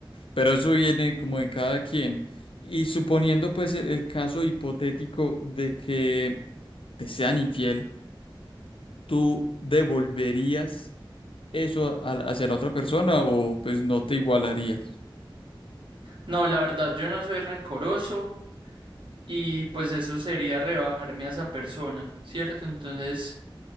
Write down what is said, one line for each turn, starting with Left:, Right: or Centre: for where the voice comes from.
Left: pero eso viene como de cada quien. Y suponiendo pues el el caso hipotético de que te sean infiel, ¿tú devolverías? eso a- hacia la otra persona o pues no te igualarías.
Right: No, la verdad yo no soy rencoroso y pues eso sería rebajarme a esa persona, ¿cierto? Entonces